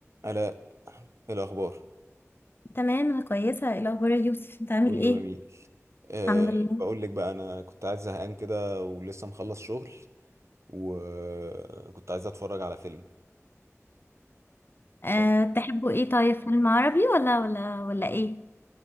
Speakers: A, on the right; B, on the left.
A: الاء إيه الاخبار
B: تمام انا كويسه ايه الاخبار يا يوسف انت عامل
A: كله
B: ايه
A: جميل أه
B: الحمد لله
A: بقول لك بقى انا كنت عايز زهقان كده ولسه مخلص شغل وكنت عايز اتفرج على فيلم ف
B: أه تحبوا ايه طيب فيلم عربي ولا ولا ولا ايه